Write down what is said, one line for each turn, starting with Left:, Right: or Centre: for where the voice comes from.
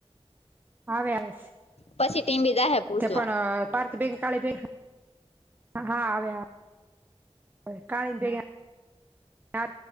Right: આવે આવે
Left: પછી ટીમ બી જાહે પૂછવા
Right: પણ પારતી બેગ કાળ. <unintelligible> હા આવે આવે કાળીની ભેગા રા